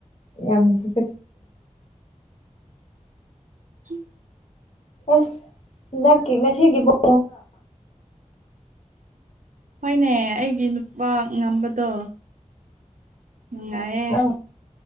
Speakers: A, on the left; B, on the right.
A: ꯌꯥꯝꯁꯨ ꯆꯦ
B: <inaudible>
A: ꯑꯁ ꯍꯟꯗꯛꯀꯤ ꯉꯁꯤꯒꯤ ꯕꯣꯟ ꯏꯕ
B: ꯍꯣꯏꯅꯦ ꯑꯩꯒꯤ ꯅꯨꯄꯥ ꯉꯝꯕꯗꯣ ꯅꯨꯡꯉꯥꯏꯌꯦꯦ
A: ꯅꯪ